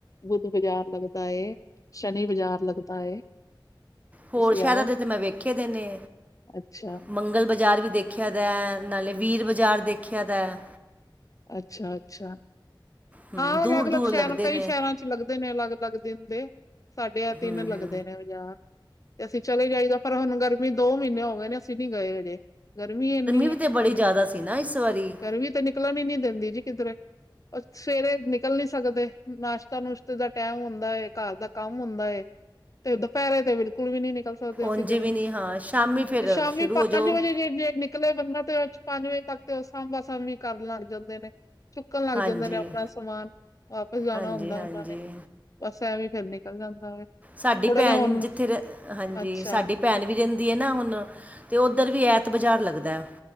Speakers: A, on the left; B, on the right.
A: ਬੁੱਧ ਬਾਜ਼ਾਰ ਲੱਗਦਾ ਏ। ਸ਼ਨੀ ਬਜ਼ਾਰ ਲੱਗਦਾ ਏ।
B: ਹੋਰ
A: ਤੁਸੀਂ
B: ਸ਼ਹਿਰਾਂ
A: ਆਓ
B: ਦੇ ਤਾਂ ''ਮੈਂ ਵੇਖੇਦੇ ਨੇ,
A: ਅੱਛਾ
B: ‌ਮੰ ਮੰਗਲ ਬਜ਼ਾਰ ਵੀ ਦੇਖਿਆ ਦਾ, ਨਾਲੇ ਵੀਰ ਬਜ਼ਾਰ ਦੇਖਿਆ ਦਾ।
A: ਅੱਛਾ-ਅੱਛਾ,
B: ਹੂੰ
A: ਹਾਂ
B: ਦੂਰ
A: ਅਲੱਗ-ਅਲੱਗ
B: ਦੂਰ
A: ਸ਼ਹਿਰਾਂ
B: ਲੱਗਦੇ
A: ਕਈ
B: ਨੇ
A: ਸ਼ਹਿਰਾਂ'ਚ ਲੱਗ ਦੇ ਨੇ ਅਲੱਗ-ਅਲੱਗ ਦਿਨ ਦੇ, ਸਾਡੇ ਐ ਤਿੰਨ
B: ਹੂੰ
A: ਲੱਗਦੇ
B: ਹੂੰ
A: ਨੇ ਬਜ਼ਾਰ। ਤੇ ਅਸੀਂ ਚਲੇ ਜਾਈਦਾ, ਪਰ ਹੁਣ ਗਰਮੀ ਦੋ ਮਹੀਨੇ ਹੋ ਗਏ ਨੇ, ਅਸੀਂ ਨੀ ਗਏ ਹਜੇ। ਗਰਮੀ ਇੰਨੀ
B: ਵੀ
A: ਏ
B: ਤਾਂ ਬੜੀ
A: ਗਰਮੀ,
B: ਜ਼ਿਆਦਾ ਸੀ ਨਾ ਇਸ ਵਾਰੀ
A: ਗਰਮੀ ਤੇ ਨਿਕਲਣ ਹੀ ਨੀ ਦਿੰਦੀ ਜੀ ਕਿੱਧਰੇ। ਸਵੇਰੇ ਨਿਕਲ ਨੀ ਸਕਦੇ, ਨਾਸ਼ਤਾ-ਨੁਸ਼ਤੇ ਦਾ ਟਾਈਮ ਹੁੰਦਾ ਏ, ਘਰ ਦਾ ਕੰਮ ਹੁੰਦਾ ਏ। ਤੇ, ਦਪਹਿਰੇ ਤੇ ਬਿਲਕੁਲ ਵੀ ਨੀ ਨਿਕਲ ਸਕਦੇ ਹੋ ਅਸੀਂ
B: ਉਂਝ
A: ਗਰਮੀ'ਚ,
B: ਵੀ ਨਹੀਂ ਹਾਂ ਸ਼ਾਮੀ ਫਿਰ
A: ਤੇ ਸ਼ਾਮੀ
B: ਸ਼ੁਰੂ
A: ਪੰਜ
B: ਹੋ ਜਾਓ
A: ਵਜੇ ਡੇੇ ਨਿਕਲ ਨਿਕਲਿਆ ਕਰਨਾ, ਤੇ ਉਹ ਪੰਜ ਵਜੇ ਤੱਕ ਤੇ ਉਹ ਸਾਂਭਾ-ਸਾਂਭੀ ਕਰਨ ਲੱਗ ਜਾਂਦੇ ਨੇ, ਚੁੱਕਣ ਲੱਗ
B: ਹਾਂਜੀ
A: ਜਾਂਦੇ ਨੇ ਅਪਣਾ ਸਮਾਨ, ਵਾਪਸ ਜਾਣਾ
B: ਹਾਂਜੀ
A: ਹੁੰਦਾ
B: ਹਾਂਜੀ
A: ਉਹਨਾਂ ਨੇ, ਬਸ ਐਵੇਂ ਫੇਰ ਨਿਕਲ ਜਾਂਦਾ ਵੇ।
B: ਸਾਡੀ
A: ਥੋੜਾ
B: ਭੈਣ
A: ਜਿਹਾ ਹੁਣ
B: ਜਿੱਥੇ ਰਹੇਂ, ਹਾਂਜੀ
A: ਅੱਛਾ
B: ਸਾਡੀ ਭੈਣ ਵੀ ਰਹਿੰਦੀ ਏ ਨਾ ਹੁਣ, ਤੇ ਉੱਧਰ ਵੀ ਐ ਤ ਬਜ਼ਾਰ ਲੱਗਦੈ।